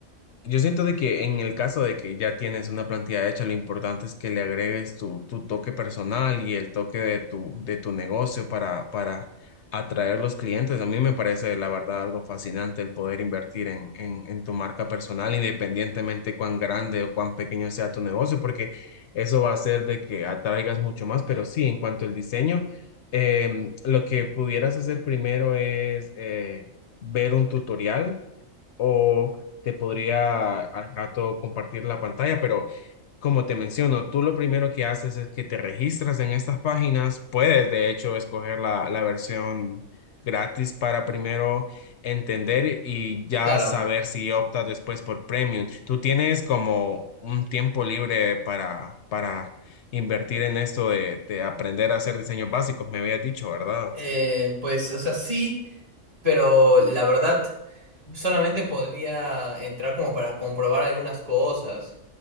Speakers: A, on the left; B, on the right.
A: yo siento de que en el caso de que ya tienes una plantilla hecha, lo importante es que le agregues tu, tu toque personal y el toque de tu, de tu negocio para, para atraer los clientes. A mí me parece, la verdad, algo fascinante el poder invertir en, en, en tu marca personal, independientemente cuán grande o cuán pequeño sea tu negocio, porque eso va a hacer de que atraigas mucho más. Pero sí, en cuanto al diseño, em, lo que pudieras hacer primero es eh, ver un tutorial o te podría al rato compartir la pantalla, pero como te menciono, tú lo primero que haces es que te registras en estas páginas, puedes de hecho escoger la, la versión gratis para primero entender y ya
B: Claro,
A: saber si optas después por premium. Tú tienes como un tiempo libre para, para invertir en esto de, de aprender a hacer diseños básicos, me habías dicho, ¿verdad?
B: eh, pues, o sea, sí, pero la verdad, solamente podría entrar como para comprobar algunas cosas.